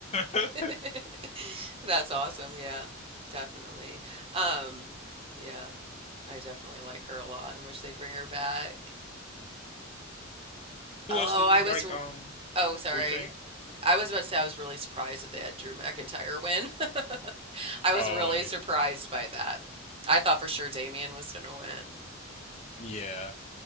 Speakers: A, on the left; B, on the right.
A: <laughs>
B: <laughs> That's awesome. Yeah, definitely. Um, yeah, I definitely like her a lot and wish they'd bring her back.
A: Mhm. Who
B: Oh,
A: else do you
B: I was.
A: like? Um,
B: Oh, sorry.
A: what you saying?
B: I was about to say I was really surprised that they had Drew McIntyre win. <laughs> I was
A: Oh
B: really
A: yeah.
B: surprised by that. I thought for sure Damian was going to win.
A: Yeah.